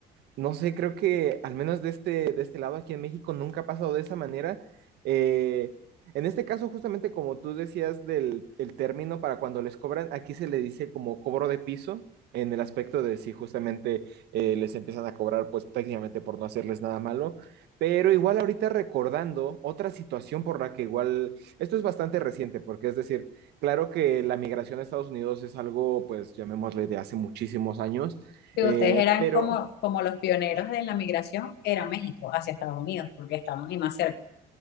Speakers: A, on the right (about 75°); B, on the left (about 75°).
A: no sé, creo que al menos de este, de este lado aquí en México nunca ha pasado de esa manera. Eh, en este caso, justamente como tú decías del el término para cuando les cobran, aquí se le dice como cobro de piso. En el aspecto de si justamente eh, les empiezan a cobrar pues técnicamente por no hacerles nada malo, pero igual ahorita recordando otra situación por la que igual, esto es bastante reciente, porque es decir, claro que la migración a Estados Unidos es algo pues llamémosle de hace muchísimos años,
B: Si
A: eh,
B: ustedes eran
A: pero
B: como, como los pioneros de la migración, era México hacia Estados Unidos, porque estábamos ahí más cerca.